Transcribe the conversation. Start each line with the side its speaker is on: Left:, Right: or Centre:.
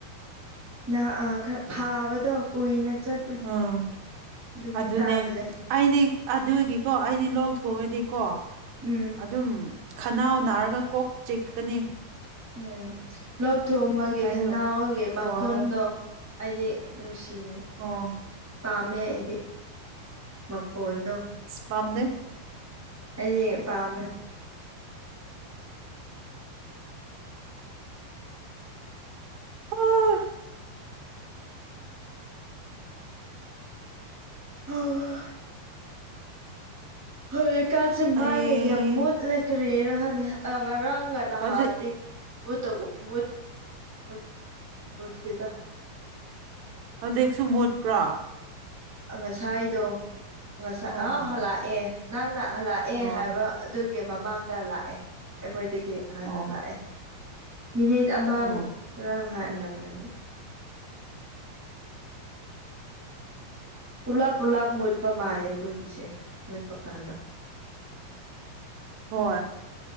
Centre: ꯅꯪ ꯑꯥ ꯈꯔ ꯐꯥꯕꯗꯣ ꯀꯨꯏꯅ ꯆꯠꯂꯦ
Right: ꯎꯝ
Centre: ꯑꯗꯨꯒꯤ
Right: ꯑꯗꯨꯅꯦ
Centre: ꯇꯥꯜꯂꯦ
Right: ꯑꯩꯗꯤ ꯑꯗꯨꯒꯤꯀꯣ ꯑꯩꯗꯤ ꯂꯣꯛ ꯊꯣꯡꯉꯗꯤꯀꯣ
Centre: ꯎꯝ
Right: ꯑꯗꯨꯝ ꯈꯅꯥꯎ ꯅꯥꯔꯒ ꯀꯣꯛ ꯆꯦꯛꯀꯅꯤ
Centre: ꯎꯝ ꯂꯣꯛ ꯊꯨꯝꯕꯒꯦ
Right: ꯑꯩꯗꯣ
Centre: ꯈꯅꯥꯎꯒꯤ ꯃꯈꯣꯟꯗꯣ
Right: ꯊꯣꯛꯑꯦ
Centre: ꯑꯩꯗꯤ ꯅꯨꯡꯁꯤꯌꯦ
Right: ꯑꯣ
Centre: ꯄꯥꯝꯃꯦ ꯑꯩꯗꯤ ꯃꯈꯣꯟꯗꯣ
Right: ꯄꯝꯗꯦ
Centre: ꯑꯩꯗꯤ ꯄꯥꯝꯃꯦ
Right: ꯑꯥ
Centre: ꯍꯣꯏ ꯍꯧꯖꯤꯛꯀꯥꯟꯁꯦ ꯃꯩꯒ
Right: ꯑꯩ
Centre: ꯌꯥꯝ ꯃꯨꯠꯂꯦ ꯀꯔꯤꯔ ꯈꯪꯗꯦ ꯉꯔꯥꯡꯒ ꯅꯍꯥꯟꯗꯤ
Right: ꯍꯧꯖꯤꯛ
Centre: ꯃꯨꯠꯇꯕꯨ ꯃꯨꯠ ꯃꯨꯠ ꯃꯨꯠꯇꯦꯗ
Right: ꯍꯧꯖꯤꯛꯁꯨ ꯃꯨꯠꯄ꯭ꯔꯥ
Centre: ꯉꯁꯥꯏꯗꯣ ꯉꯁꯥꯏ
Right: ꯑꯣ
Centre: ꯑꯥ
Right: ꯑꯣ
Centre: ꯍꯜꯂꯛꯑꯦ ꯅꯪꯅ ꯍꯜꯂꯛꯑꯦ
Right: ꯑꯣ
Centre: ꯍꯥꯏꯕ ꯑꯗꯨꯒꯤ ꯃꯃꯥꯡꯗ ꯂꯥꯛꯑꯦ ꯑꯩꯈꯣꯏꯗꯒꯤ ꯍꯥꯟꯅ
Right: ꯑꯣ
Centre: ꯂꯥꯛꯑꯦ ꯃꯤꯅꯤꯠ ꯑꯃꯥ
Right: ꯑꯣ
Centre: ꯈꯔ ꯍꯥꯜꯂꯝꯒꯅꯤ ꯄꯨꯂꯞ ꯄꯨꯂꯞ ꯃꯨꯠꯄ ꯃꯥꯜꯂꯦ ꯑꯩꯈꯣꯏꯒꯤꯁꯦ ꯃꯨꯠꯄ ꯀꯥꯟꯗ
Right: ꯍꯣꯏ